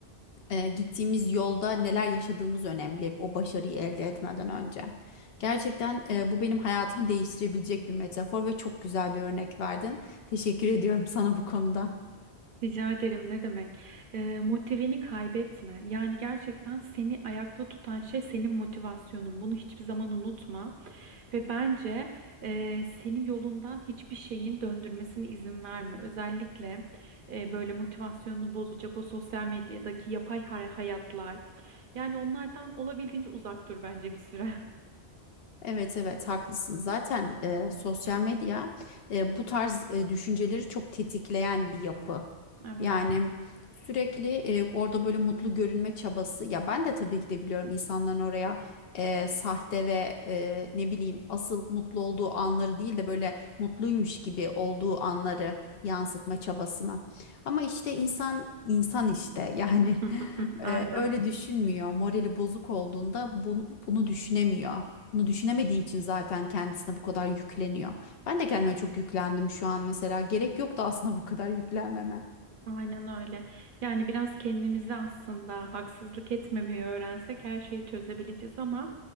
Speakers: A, on the left; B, on the right.
A: e, gittiğimiz yolda neler yaşadığımız önemli o başarıyı elde etmeden önce. Gerçekten e, bu benim hayatımı değiştirebilecek bir metafor ve çok güzel bir örnek verdin. Teşekkür ediyorum <laughs> sana bu konuda.
B: Rica ederim ne demek? E, motiveni kaybetme. Yani gerçekten seni ayakta tutan şey senin motivasyonun. Bunu hiçbir zaman unutma. Ve bence eee seni yolundan hiçbir şeyin döndürmesine izin verme. Özellikle eee, böyle motivasyonunu bozacak o sosyal medyadaki yapay hay- hayatlar. Yani onlardan olabildiğince uzak dur bence bir süre. <laughs>
A: Evet evet haklısın. Zaten e, sosyal medya e, bu tarz e, düşünceleri çok tetikleyen bir yapı.
B: Evet.
A: Yani sürekli e, orada böyle mutlu görünme çabası. Ya ben de tabii ki de biliyorum insanların oraya e, sahte ve e, ne bileyim asıl mutlu olduğu anları değil de böyle mutluymuş gibi olduğu anları yansıtma çabasına. Ama işte insan insan işte yani
B: <laughs>
A: <laughs>
B: Aynen.
A: e, öyle düşünmüyor. Morali bozuk olduğunda bunu, bunu düşünemiyor. Bunu düşünemediği için zaten kendisine bu kadar yükleniyor. Ben de kendime çok yüklendim şu an mesela. Gerek yoktu aslında bu kadar yüklenmeme.
B: Aynen öyle. Yani biraz kendimize aslında haksızlık etmemeyi öğrensek her şeyi çözebileceğiz ama